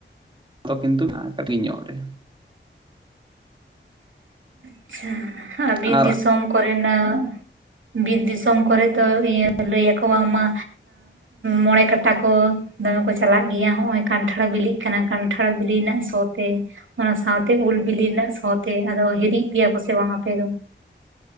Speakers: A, on the right; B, on the right.
A: ᱛᱚ ᱠᱤᱱᱛᱩ ᱦᱮᱱᱟᱜ <unintelligible> ᱧᱚᱜ ᱨᱮ᱾
B: ᱟᱪᱪᱷᱟ ᱟᱵᱤ
A: ᱟᱨ
B: ᱫᱤᱥᱚᱢ ᱠᱚᱨᱮᱱᱟᱜ ᱵᱤᱨ ᱫᱤᱥᱚᱢ ᱠᱚᱨᱮ ᱫᱚ ᱤᱭᱟᱹ ᱞᱟᱹᱭ ᱟᱠᱚ ᱵᱟᱝ ᱢᱟ ᱢᱚᱬᱮ ᱠᱟᱴᱟ ᱠᱚ ᱫᱚᱢᱮ ᱠᱚ ᱪᱟᱞᱟᱜ ᱜᱮᱭᱟ ᱦᱚᱜᱼᱚᱭ ᱠᱟᱱᱴᱷᱟᱲ ᱵᱤᱞᱤᱜ ᱠᱟᱱᱟ ᱠᱟᱱᱴᱷᱟᱲ ᱵᱤᱞᱤ ᱨᱮᱱᱟᱜ ᱥᱚ ᱛᱮ᱾ ᱚᱱᱟ ᱥᱟᱶᱛᱮ ᱩᱞ ᱵᱤᱞᱤ ᱨᱮᱱᱟᱜ ᱥᱟᱶᱛᱮ ᱟᱫᱚ ᱦᱤᱨᱤᱜ ᱯᱮᱭᱟ ᱠᱚ ᱥᱮ ᱵᱟᱝ ᱟᱯᱮ ᱫᱚ?